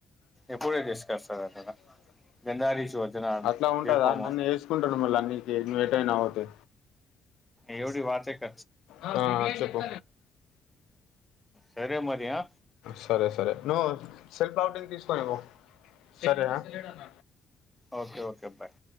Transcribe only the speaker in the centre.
ఎప్పుడే తీసుకొస్తారు అక్కడ గంధారి యోజన
దేకోమా
ఎవీడి వాచేక
సరే మరి ఆ
ఓకే ఓకే బాయ్